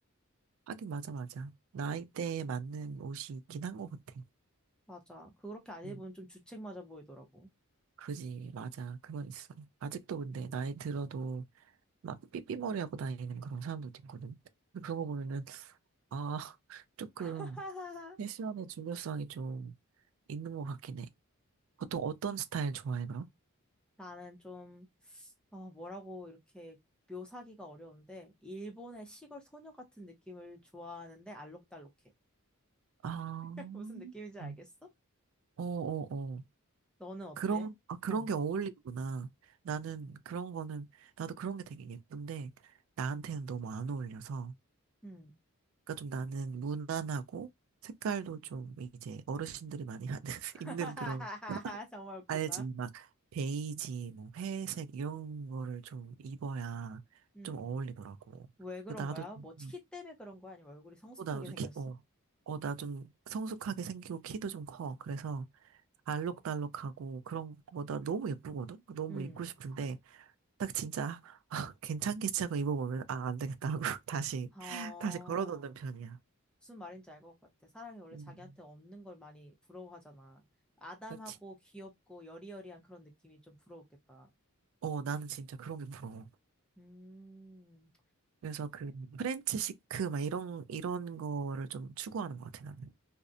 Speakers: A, on the right (about 65°); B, in the centre.
A: 하긴, 맞아, 맞아. 나이대에 맞는 옷이 있긴 한 것 같아.
B: 맞아. 그렇게 안 입으면
A: 음,
B: 좀 주책 맞아 보이더라고.
A: 그지, 맞아. 그건 있어. 아직도 근데 나이 들어도 막 삐삐머리하고 다니는 그런 사람들도 있거든. 근데 그런 거 보면은 아, <laughs> 조금
B: <laughs>
A: 패션의 중요성이 좀 있는 것 같긴 해. 보통 어떤 스타일 좋아해, 그럼?
B: 나는 좀 아, 뭐라고 이렇게 묘사하기가 어려운데, 일본의 시골 소녀 같은 느낌을 좋아하는데, 알록달록해.
A: 아,
B: <laughs> 무슨 느낌인지 알겠어?
A: 음. 어, 어, 어.
B: 너는 어때?
A: 그런, 아, 그런
B: 어,
A: 게 어울리구나. 나는 그런 거는, 나도 그런 게 되게 예쁜데, 나한테는 너무 안 어울려서.
B: 음.
A: 그러니까 좀 나는 무난하고, 색깔도 좀 이제 어르신들이 많이 하는, <laughs>
B: <laughs>
A: 입는 그런.
B: 정말 웃기다.
A: 알지? 막 베이지, 뭐 회색 이런 거를 좀 입어야
B: 음.
A: 좀 어울리더라고.
B: 왜 그런
A: 그 나도
B: 거야? 뭐, 키
A: 음.
B: 때문에 그런 거야? 아니면 얼굴이 성숙하게
A: 어, 나도 좀
B: 생겼어?
A: 키, 어, 어, 나 좀 성숙하게 생기고 키도 좀 커. 그래서 알록달록하고 그런 거나 너무 예쁘거든? 너무
B: 음.
A: 입고 싶은데 딱 진짜 <laughs> 아, 괜찮겠지 하고 입어보면 아, 안 되겠다 하고 <laughs> 다시,
B: 어,
A: 다시 걸어놓는 편이야.
B: 무슨 말인지 알 것 같아. 사람이 원래
A: 음,
B: 자기한테 없는 걸 많이 부러워하잖아. 아담하고
A: 그렇지.
B: 귀엽고 여리여리한 그런 느낌이 좀 부러웠겠다.
A: 어, 나는 진짜 그런 게 부러워.
B: 음.
A: 그래서 그 프렌치 시크 막 이런 이런 거를 좀 추구하는 것 같아 나는.